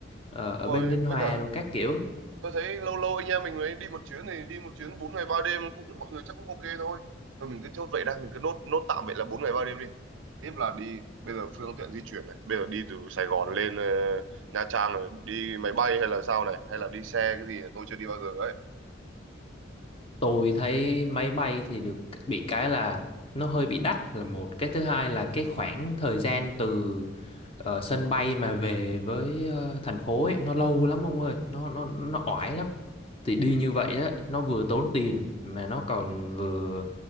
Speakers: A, on the left; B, on the right.
A: ờ, ở
B: đúng
A: bên
B: rồi
A: Ninh Hòa
B: với cả
A: rồi các kiểu
B: tôi thấy lâu lâu anh em mình mới đi một chuyến thì đi một chuyến 4 ngày 3 đêm cũng mọi người chắc cũng ok thôi thôi mình cứ chốt vậy đã mình cứ nốt nốt tạm vậy là 4 ngày 3 đêm đi tiếp là đi bây giờ phương tiện di chuyển này bây giờ đi từ Sài Gòn lên ờ, Nha Trang này đi máy bay hay là sao này hay là đi xe cái gì này, tôi chưa đi bao giờ ấy
A: Tôi thấy máy bay thì được bị cái là nó hơi bị đắt là một, cái thứ hai là cái khoảng thời gian từ ờ, sân bay mà về với ờ, thành phố ấy nó lâu lắm ông ơi, nó nó nó oải lắm. Thì đi như vậy á nó vừa tốn tiền mà nó còn vừa